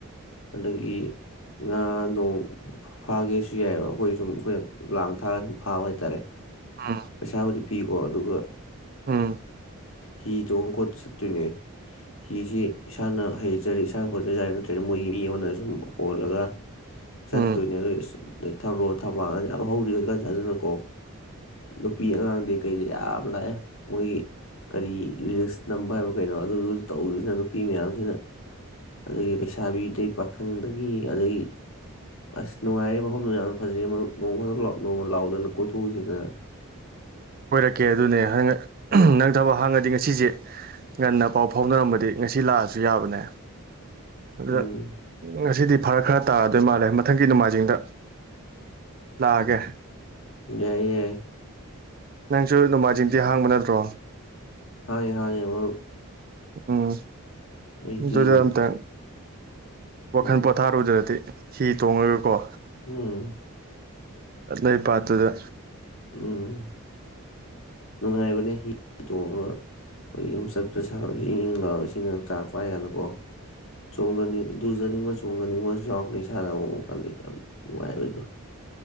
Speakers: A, on the left; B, on the right.
A: ꯑꯗꯒꯤ ꯉꯥ ꯅꯣꯡ ꯐꯥ ꯐꯥꯒꯦꯁꯨ ꯌꯥꯏꯌꯦꯕ ꯑꯈꯣꯏ ꯁꯨꯝ ꯑꯈꯣꯏꯅ ꯂꯥꯡ ꯊꯥꯔ ꯁꯨꯝ ꯐꯥꯕ ꯍꯥꯏꯇꯥꯔꯦ꯫
B: ꯎꯝ
A: ꯄꯩꯁꯥꯕꯨꯗꯤ ꯄꯤꯀꯣ ꯑꯗꯨꯒ
B: ꯎꯝ
A: ꯍꯤ ꯇꯣꯡ ꯈꯣ ꯆꯠꯇꯣꯏꯅꯦ ꯍꯤꯁꯤ ꯏꯁꯥꯅ ꯍꯩꯖꯔ ꯏꯁꯥꯅ ꯈꯣꯠꯆ ꯌꯥꯔꯦ ꯅꯠꯇ꯭ꯔꯗꯤ ꯃꯣꯏꯒꯤ ꯃꯤ ꯑꯃꯗ ꯁꯨꯝ ꯍꯣꯜꯂꯒ ꯆꯠ
B: ꯎꯝ
A: ꯇꯣꯏꯅꯔꯣꯏ ꯑꯁ ꯑꯗꯩ ꯊꯔꯣ ꯊꯝꯕꯥꯜ ꯌꯥꯝ ꯍꯧꯔꯤ ꯍꯧꯖꯤꯛꯀꯥꯟꯁꯤ ꯑꯗꯨꯅꯀꯣ ꯅꯨꯄꯤ ꯑꯉꯥꯡꯗꯤ ꯀꯩꯗꯤ ꯌꯥꯝ ꯂꯥꯛꯑꯦ ꯃꯣꯏꯒꯤ ꯀꯔꯤ ꯅꯝꯕ ꯍꯥꯏꯕ ꯀꯩꯅꯣ ꯑꯗꯨꯗꯨ ꯇꯧꯗꯁꯤꯅ ꯅꯨꯄꯤ ꯃꯌꯥꯝꯁꯤꯅ ꯑꯗꯒꯤ ꯂꯩꯁꯥꯕꯤꯗꯒꯤ ꯄꯥꯈꯪꯗꯒꯤ ꯑꯗꯒꯤ ꯑꯁ ꯅꯨꯡꯉꯥꯏꯔꯦ ꯃꯐꯝꯗꯨ ꯌꯥꯝꯅ ꯐꯖꯩ ꯃꯔꯨꯞ ꯅꯣꯡꯃ ꯈꯛꯇ ꯅꯣꯡꯃ ꯂꯥꯎꯗꯅ ꯀꯣꯏꯊꯣꯛꯎꯁꯤꯗꯅ
B: ꯀꯣꯏꯔꯛꯀꯦ ꯑꯗꯨꯅꯦ ꯅꯪ ꯊꯕꯛ ꯍꯥꯡꯉꯗꯤ ꯉꯁꯤꯁꯦ ꯉꯟꯅ ꯄꯥꯎ ꯐꯥꯎꯅꯔꯝꯃꯗꯤ ꯉꯁꯤ ꯂꯥꯛꯑꯁꯨ ꯌꯥꯕꯅꯦ ꯑꯗꯨꯗ
A: ꯎꯝ
B: ꯉꯁꯤꯗꯤ ꯐꯔ ꯈꯔ ꯇꯥꯔꯗꯣꯏ ꯃꯥꯜꯂꯦ ꯃꯊꯪꯒꯤ ꯅꯣꯡꯃꯥꯏꯖꯤꯡꯗ ꯂꯥꯛꯑꯒꯦ
A: ꯌꯥꯏꯌꯦ ꯌꯥꯏꯌꯦ
B: ꯅꯪꯁꯨ ꯅꯣꯡꯃꯥꯏꯖꯤꯡꯗꯤ ꯍꯥꯡꯕ ꯅꯠꯇ꯭ꯔꯣ
A: ꯍꯥꯡꯉꯦ ꯍꯥꯡꯉꯦ ꯃꯔꯨꯞ
B: ꯎꯝ
A: ꯑꯩꯗꯤ
B: ꯑꯗꯨꯗ
A: ꯑꯗꯨꯝ
B: ꯑꯝꯇ ꯋꯥꯈꯟ
A: ꯎꯝ
B: ꯄꯣꯊꯥꯔꯨꯗ꯭ꯔꯥꯗꯤ ꯍꯤ ꯇꯣꯡꯉꯒꯀꯣ
A: ꯎꯝ
B: ꯂꯩ ꯄꯥꯠ ꯗꯨꯗ
A: ꯎꯝ ꯅꯨꯡꯉꯥꯏꯕꯅꯦ ꯍꯤ ꯇꯣꯡꯉꯒ ꯈꯣꯏ ꯌꯨꯝ ꯆꯠꯄ ꯁꯥꯕꯖꯦ ꯏꯪꯪ ꯏꯪ ꯂꯥꯎꯌꯦ ꯏꯁꯤꯡꯒ ꯆꯥꯛ ꯄꯥꯏ ꯀꯥꯟꯗꯀꯣ ꯆꯣꯡꯉꯅꯤ ꯂꯨꯖꯅꯤꯡꯕ ꯆꯣꯡꯖꯅꯤꯡꯕꯁꯨ ꯌꯥꯎꯔꯛꯄꯅꯦ ꯏꯁꯥꯗ ꯑꯃꯨꯃꯨ ꯈꯪꯗꯦ ꯌꯥꯝ ꯅꯨꯡꯉꯥꯏꯕꯩꯗꯣ